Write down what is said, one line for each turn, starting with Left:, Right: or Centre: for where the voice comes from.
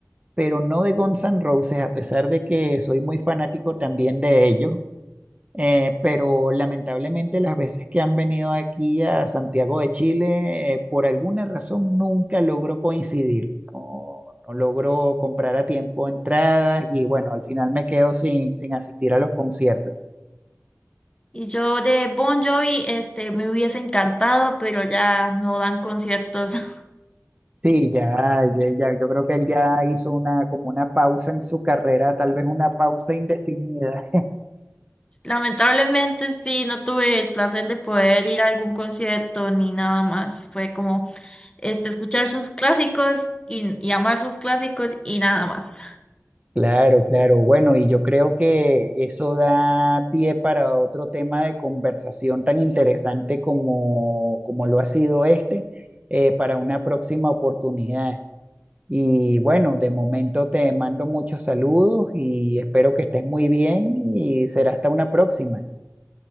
Right: pero no de Guns N' Roses, a pesar de que soy muy fanático también de ellos. Eh, pero lamentablemente las veces que han venido aquí a Santiago de Chile, eh, por alguna razón nunca logro coincidir. No, no logro comprar a tiempo entradas y bueno, al final me quedo sin, sin asistir a los conciertos.
Left: Y yo de Bon Jovi, este, me hubiese encantado, pero ya no dan conciertos. <laughs>
Right: Sí, ya, ya, ya, yo creo que él ya hizo una, como una pausa en su carrera, tal vez una pausa indefinida.
Left: Lamentablemente sí, no tuve el placer de poder ir a algún concierto ni nada más. Fue como, este, escuchar sus clásicos y, y amar sus clásicos y nada más.
Right: Claro, claro. Bueno, y yo creo que eso da pie para otro tema de conversación tan interesante como, como lo ha sido este, eh, para una próxima oportunidad. Y bueno, de momento te mando muchos saludos y espero que estés muy bien y será hasta una próxima.